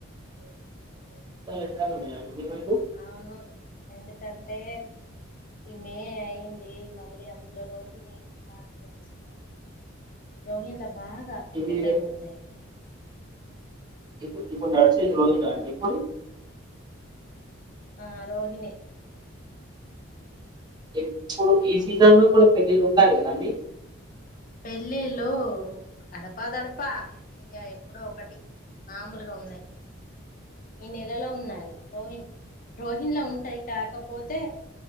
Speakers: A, on the right; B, on the left.
A: ఎండలు ఉంటాయా మీ వైపు
B: అవును ఎందుకంటే ఈ మే అయింది మళ్ళీ అందులో రోహిణి కార్తీ వచ్చింది అని రోహిల్లా బాగా
A: ఇది
B: ఎండలు కొడుతయ అంట
A: ఇప్పు ఇప్పుడు నడిచేది రోహిణి నా అండి ఇపుడు
B: ఆ రోహిణి
A: ఇప్పుడు ఈ సీజన్ లో కూడా పెళ్లిలు ఉంటాయా అండి
B: పెళ్ళిళ్ళు గడపాదడపా ఇగా. ఎప్పుడో ఒకటి మాములు గా ఉన్నాయి ఈ నెలలో ఉన్నాయి రోహిన్ రోహిన్లా ఉంటాయి కాకపోతే